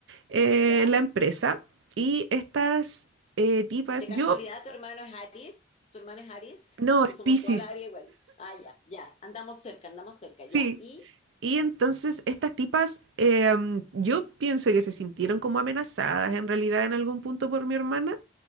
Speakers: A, on the right; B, on the left.
A: eh,
B: ¿Ya?
A: en la empresa, y estas eh, tipas,
B: ¿De casualidad
A: yo...
B: tu hermano es Aries? ¿Tu hermana es Aries?
A: No,
B: <laughs> Porque
A: es
B: somos
A: Piscis.
B: toda la área igual. Ah, ya, ya. Andamos cerca, andamos cerca,
A: Sí,
B: ya. ¿Y?
A: y entonces estas tipas, em, yo pienso que se sintieron como amenazadas en realidad en algún punto por mi hermana,